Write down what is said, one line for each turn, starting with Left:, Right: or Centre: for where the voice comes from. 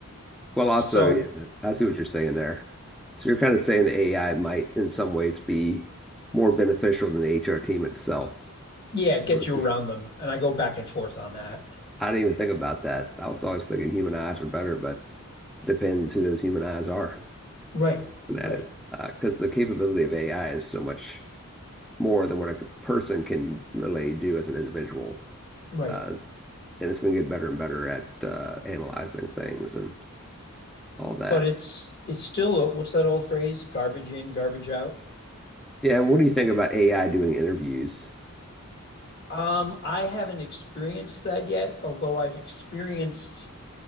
Centre: Well, also,
Left: So,
Centre: yeah, I see what you're saying there. So you're kind of saying the AI might, in some ways, be more beneficial than the HR team itself.
Left: yeah, it gets
Centre: <laughs>
Left: you around them. And I go back and forth on that.
Centre: I didn't even think about that. I was always thinking human eyes were better, but depends who those human eyes are.
Left: Right,
Centre: at
Left: right,
Centre: it because uh, the capability of AI is so much more than what a person can really do as an individual.
Left: right.
Centre: Uh, and it's going to get better and better at uh, analyzing things and all that.
Left: But it's, it's still, a- what's that old phrase? Garbage in, garbage out.
Centre: Yeah, what do you think about AI doing interviews?
Left: Um, I haven't experienced that yet, although I've experienced,